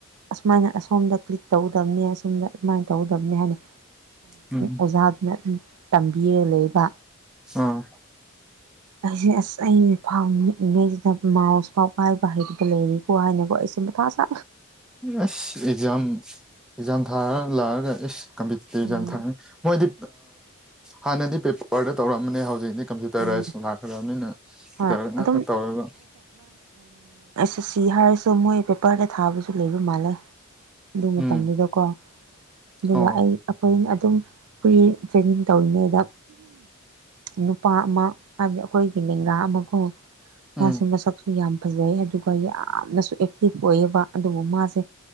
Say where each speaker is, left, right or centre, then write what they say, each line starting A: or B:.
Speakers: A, on the right (about 85°); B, in the centre.
A: ꯑꯁꯨꯃꯥꯏꯅ ꯑꯁꯣꯝꯗ ꯀ꯭ꯂꯤꯛ ꯇꯧꯒꯗꯕꯅꯤ ꯑꯁꯣꯝꯗ ꯑꯗꯨꯃꯥꯏꯅ ꯇꯧꯒꯗꯕꯅꯤ ꯍꯥꯏꯅ
B: ꯎꯝ
A: ꯑꯣꯖꯥꯗꯨꯅ ꯇꯝꯕꯤꯔ ꯂꯩꯕ
B: ꯑꯥ
A: ꯑꯩꯁꯦ ꯑꯁ ꯑꯩꯁ ꯐꯥꯎ ꯌꯦꯛꯂꯤꯉꯩꯁꯤꯗ ꯃꯥꯁ ꯄꯥꯎ ꯀꯥꯏ ꯃꯍ ꯍꯥꯏꯔꯕ ꯂꯩꯔꯤ ꯀꯋꯥ ꯍꯥꯏꯅꯀꯣ ꯏꯁꯤ ꯀ ꯊꯥ ꯆꯥ
B: ꯑꯁ ꯑꯦꯛꯖꯥꯝ ꯑꯦꯛꯖꯥꯝ ꯊꯥꯔ ꯂꯥꯛꯑꯒ ꯑꯦꯁ ꯀꯝꯄꯤꯇꯤꯇꯤꯞ
A: ꯎꯝ
B: ꯌꯥꯝ ꯊꯥꯡꯉꯦ ꯃꯣꯏꯗꯤ ꯍꯥꯟꯅꯗꯤ ꯄꯦꯄꯔꯗ ꯇꯧꯔꯛꯑꯝꯕꯅꯦ ꯍꯧꯖꯤꯛꯅꯤ ꯀꯝꯄ꯭ꯌꯨꯇꯔꯥꯏꯁ
A: ꯎꯝ
B: ꯂꯥꯛꯈ꯭ꯔꯕ ꯃꯤꯅ
A: ꯍꯣꯏ
B: ꯇꯔꯒ ꯉꯥꯛꯇ
A: ꯑꯗꯨꯝ
B: ꯇꯧꯋꯦꯕ
A: ꯆꯁꯤ ꯍꯥꯏꯔꯁꯨ ꯃꯣꯏ ꯄꯦꯄꯔꯗ ꯊꯥꯕꯁꯨ ꯂꯩꯕ ꯃꯥꯜꯂꯦ ꯑꯗꯨ ꯃꯇꯝꯗꯨꯗꯀꯣ
B: ꯎꯝ
A: ꯑꯗꯨꯒ
B: ꯑꯣ
A: ꯑꯩ ꯑꯩꯈꯣꯏ ꯑꯗꯨꯝ ꯑꯩꯈꯏ ꯇ꯭ꯔꯦꯅꯤꯡ ꯇꯧꯔꯤꯉꯩꯗ ꯅꯨꯄꯥ ꯑꯃ ꯍꯥꯏꯕꯗꯤ ꯑꯩꯈꯣꯏꯒꯤ ꯂꯦꯡꯒꯥ ꯑꯃꯈꯣ ꯃꯥꯁꯤ
B: ꯎꯝ
A: ꯃꯁꯛꯁꯨ ꯌꯥꯝ ꯐꯖꯩ ꯑꯗꯨꯒ ꯌꯥꯝꯅꯁꯨ ꯑꯦꯛꯇꯤꯚ ꯑꯣꯏꯌꯦꯕ ꯑꯗꯨꯕꯨ ꯃꯥꯁꯦ